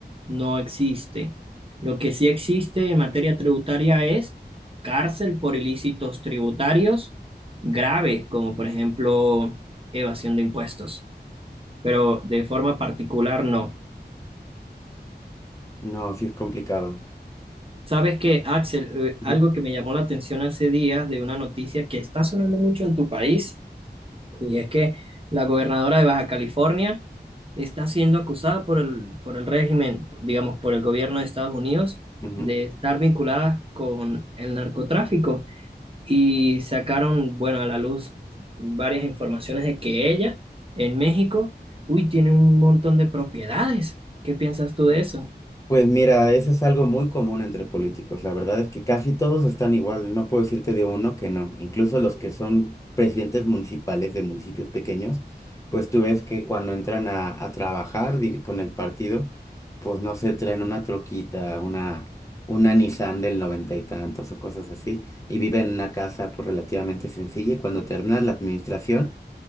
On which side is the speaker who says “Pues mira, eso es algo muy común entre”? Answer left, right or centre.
Left